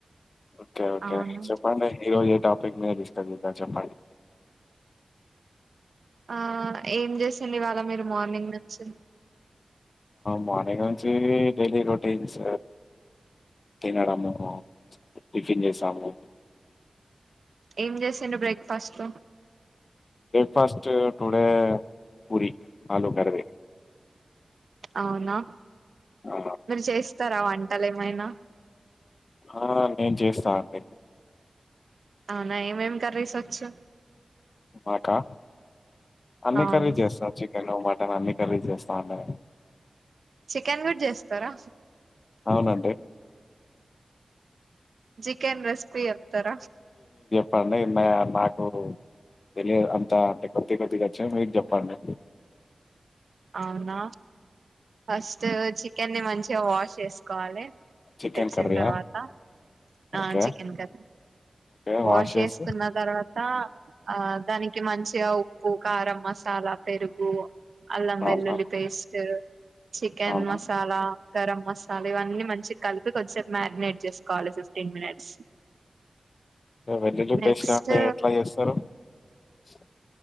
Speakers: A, on the left (about 60°); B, on the right (about 80°).
A: ఓకే ఓకే
B: అవును
A: చెప్పండి ఈరోజు ఏ టాపిక్ <unintelligible> మీదిష్టత చెప్పడి
B: ఆ ఏం చేస్తుంది ఇవాళ మీరు మార్నింగ్ నుంచి
A: మార్నింగ్ నుంచి డైలీ రొటీన్స్ తినడము టిఫిన్ చేసాము
B: ఏం చేసిండ్రు breakfast
A: first today puri ఆలుూ కరి
B: అవునా
A: ఆ
B: మీరు చేస్తారా వం టలేమైనా
A: ఆ నేను చేస్తా అండి
B: అవునా ఎం ఏం కర్రీస్ వచ్చు
A: మాకా అన్ని
B: అవును
A: కర్రీ చేస్తా చికెను మటన్ నేను అన్ని కర్రీ చేస్తాండి
B: చికెన్ కూడా చేస్తారా
A: అవునండి
B: చికెన్ రెస్పీ చెప్తార
A: పర్లే మే మాకు తెలియదు అంతా అంటే కొద్ది కొద్దిగా వచ్చి మీరు చెప్పండి
B: అవునా ఫస్ట్ చికెన్ ని మంచిగా వాష్ చేసుకోవాలి
A: చికెన్
B: తెచ్చిన
A: కర్రీయా
B: తర్వాత
A: okay.
B: ఆ Chicken curry
A: okay.
B: Wash
A: చేసి
B: చేసుకున్న తర్వాత ఆ దానికి మంచిగా ఉప్పు కారం మసాలా పెరుగు అల్లం వెల్లుల్లి
A: అవునా!
B: పేస్ట్ చికెన్
A: అవునా!
B: మసాలా గరం మసాలా ఇవన్నీ మంచి కలిపి కొద్దిసేపు మారినేట్ చేసుకోవాలి ఫిఫ్టీన్ మినిట్స్
A: వెల్లుల్లి
B: నెక్స్ట్
A: పేస్ట్ అంటే ఎట్లా చేస్తారు స <inaudible>